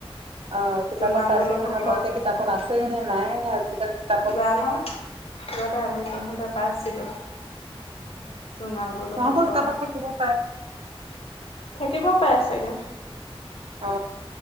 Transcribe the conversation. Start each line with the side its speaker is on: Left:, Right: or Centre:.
Right: অ' কিতাপত
Left: জোঙাল
Right: পাইছে
Left: বল
Right: নহয়
Left: হব
Right: । কিতাপত আছেই নে নাই নে আজিকালি কিতাপত
Left: জানো? আগতে আমি পঢ়োতে পাইছিলোঁ। জোঙাল বোল
Right: সিহঁতৰ
Left: শুক।
Right: কিতাপত থাকিব পাৰে
Left: থাকিব পাই চাগে?
Right: অ